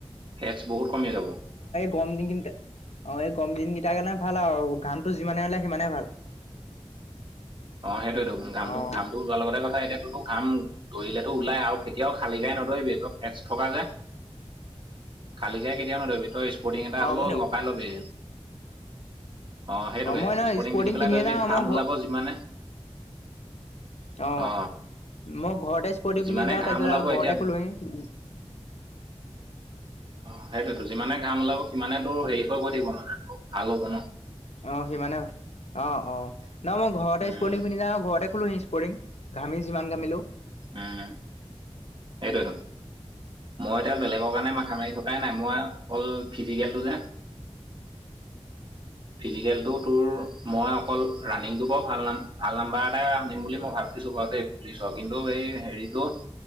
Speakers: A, on the right (about 50°); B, on the left (about 80°).
A: ফেটচ বহুত কমি যাব।
B: গম দিন কেইটা অ এই গম দিন কেইটাৰ কাৰণে ভাল আৰু ঘামটো যিমানে ওলাই সিমানে ভাল।
A: অ সেইটোয়েতো ঘামটো
B: অ',
A: ঘামটো লোৱাৰ লগতে কথা এতিয়া তটো ঘাম। দৰিলেতো ওলাই আৰু কেতিয়াও খালি গাই নদৰিবি ত এচ থকা যে। খালি গাই কেতিয়াও নধৰিবি তই স্পৰ্টিং এটা
B: অ',
A: হ'লেও
B: মই
A: লগাই লবি। অ সেইটোকে
B: মই ন
A: স্পৰ্টিং পিন্ধি পেলাই
B: পিন্ধিয়ে
A: দৈবি
B: যাওঁ
A: ঘাম
B: মই ঘ
A: ওলাব যিমানে।
B: অঁ
A: অ
B: মই ঘৰতে স্পৰ্টিং
A: যিমানে
B: পিনন্ধি যাওঁ
A: ঘাম
B: তাৰপিছত
A: ওলাব
B: আৰু
A: এতিয়া
B: ঘৰতে খোলোঁহি।
A: অ সেইটোতো যিমানে ঘাম ওলাব সিমানে দূৰ হেৰি হৈ গৈ ঠাকিব মানে আকৌ ভাল হ'ব ন।
B: অ সিমানে অ অ ন মই ঘৰতে
A: উম
B: স্পুৰ্টং পিন্ধি যাওঁ ঘৰতে। খোলো ইস্পৰ্তিং ঘামি যিমান ঘামিলোঁ।
A: উম সেইটোৱেটো। মই এতিয়া বেলেগৰ কাৰণে মাথা মাৰি থকাই নাই মই অকল ফিজিকেলটো যে। <unintelligible> ফিজিকেলটো তোৰ মই অকল ৰাণিংটো বৰ ভাল নাম ভাল নাম্বাৰ এটাই আনিম বুলি মই ভাব। বিছো বাও দেই পুলিছ কিন্তু এই হেৰিতটো